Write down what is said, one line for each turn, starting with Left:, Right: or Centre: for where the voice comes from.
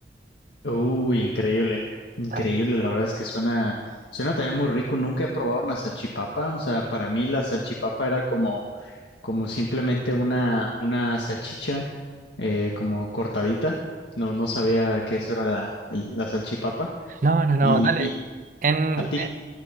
Left: Uy, increíble, increíble,
Right: Dale.
Left: la verdad es que suena, suena también muy rico, nunca he probado una salchipapa, o sea, para mí la salchipapa era como, como simplemente una, una salchicha eh, como cortadita, no, no sabía que eso era la, el- la salchipapa,
Right: No, no, no,
Left: y,
Right: dale.
Left: y
Right: En,
Left: a ti,
Right: eh,